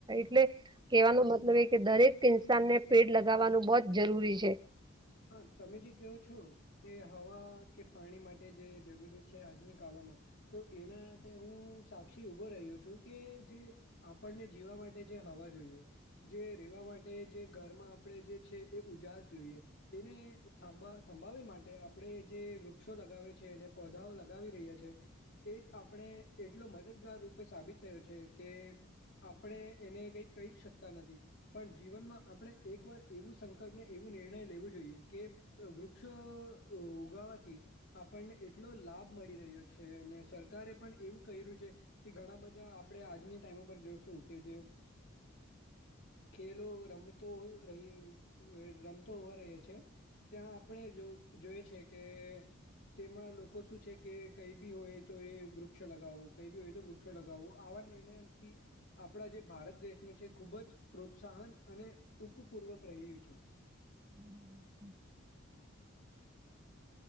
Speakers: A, on the right; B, on the left.
A: <inaudible> એટલે કેવાનો મતલબ એ કે દરેક ઇન્સાન ને પેડ લગાવાનું બહુ જ જરૂરી છે,
B: હા, તમે જે ક્યો છો. કે હવા કે પાણી માટે જે જરૂરી છે, આજની કાલોમાં તો એના માટે હું સાક્ષી ઉભો રહ્યો છું, કે જે આપણને જીવા માટે જે હવા જોઈએ, રેવા માટે જે ઘરમાં આપણે જે એ ઉજાસ જોઈએ. તેને થંભ થંભાવવા માટે આપણે જે વૃક્ષો લગાવે છે અને પધાઓ લગાવી રહ્યા છે. એજ આપણે એટલો મદદગાર રૂપે સાબિત થયો છે કે આપણે એને કઈ કહી શકતા નથી પણ જીવનમાં આપણે એક વાર એવું સંકલ્પને એવું નિર્ણય લેવું જોઈએ કે વૃક્ષો ઉગાવાથી આપણને એટલો લાભ મળી રહ્યો છે અને સરકારે પણ એવું કર્યું છે કે ઘણા બધા આપણે આજની ટાઈમ ઉપર જોશું કે જે ખેલો રમતો રહ્યો રમતો હોવા રહીએ છેએ ત્યાં આપણે જો જોઈ છે કે તેમાં લોકો શું છે કે કઈ ભી હોય તો એ વૃક્ષ લગાવવો કઈ બીજા હોય તો વૃક્ષ લગાવું આવા નિર્ણયથી આપણા જે ભારત દેશનું છે ખુબ જ પ્રોત્સાહન અને ઉપપૂર્વક રહ્યું છે.
A: <inaudible>